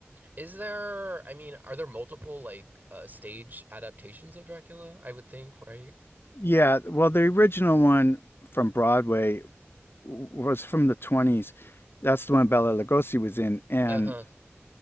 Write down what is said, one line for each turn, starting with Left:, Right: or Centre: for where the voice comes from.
Right: Is there, I mean, are there multiple like uh stage adaptations of Dracula? I would think, right?
Left: Yeah, well, the original one from Broadway was from the 20s. That's the one Bella Lugosi was in, and
Right: Uh-huh.